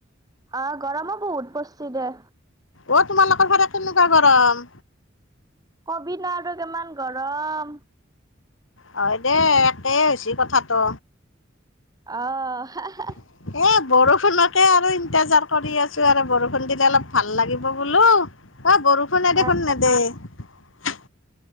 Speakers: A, on the right; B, on the left.
A: অ', গৰমো বহুত পৰিছে, দে
B: অ', তোমালোকৰ ফালে কেনেকুৱা গৰম?
A: ক'বি নে? আৰু কিমান গৰম
B: হয়, দেই। একেই হৈছে কথাটো
A: অহ, হা-হা।
B: এ, বৰষুণকেই আৰু ইন্তেজাৰ কৰি আছোঁ। আৰু, বৰষুণ দিলে, অলপ ভাল লাগিব বোলো আ, বৰষুণে দেখোন
A: আহ
B: নেদেখে